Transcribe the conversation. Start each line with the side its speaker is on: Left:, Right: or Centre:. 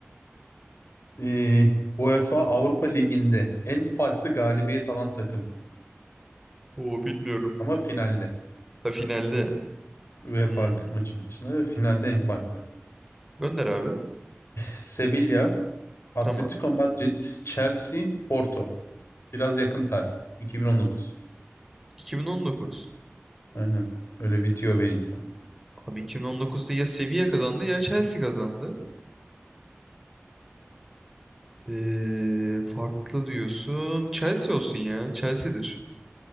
Left: Ee, UEFA Avrupa Ligi'nde en farklı galibiyet alan takım.
Centre: <laughs> Oo bilmiyorum.
Left: Ama finalde.
Centre: Ha finalde.
Left: UEFA
Centre: Hmm.
Left: maçının dışında finalde en farklı.
Centre: Gönder abi.
Left: Sevilla, Atletico
Centre: Tamam.
Left: Madrid, Chelsea, Porto. Biraz yakın tarih. 2019.
Centre: 2019.
Left: Aynen. Öyle bir tüyo vereyim sana.
Centre: Abi 2019'da ya Sevilla kazandı ya Chelsea kazandı. Ee, farklı diyorsun. Chelsea olsun ya. Chelsea'dir.